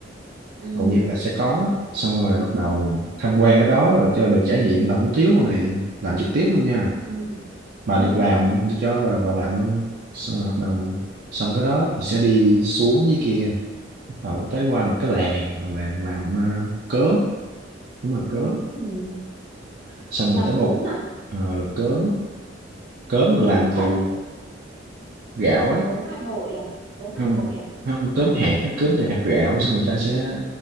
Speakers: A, on the right; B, on the right.
A: ừ
B: hầu như là sẽ có xong rồi bắt đầu tham quan ở đó rồi cho được trải nghiệm làm hủ tiếu luôn này làm trực tiếp luôn nha
A: ừ
B: bà
A: ừ
B: được làm được cho bà được vào làm luôn xong rồi bắt đầu xong cái đó thì sẽ đi xuống dưới kia bắt đầu tới qua một cái làng là làng làm ờ, cớm đúng rồi cớm
A: ừ
B: xong
A: làm
B: rồi tới một
A: cốm à
B: ờ, làm cớm cớm là
A: cái
B: làm
A: có phải
B: từ
A: là
B: gạo á
A: cốm Hà Nội à cốm Hà
B: không
A: Nội
B: không cớm hạt nó cớm từ hạt gạo xong người ta sẽ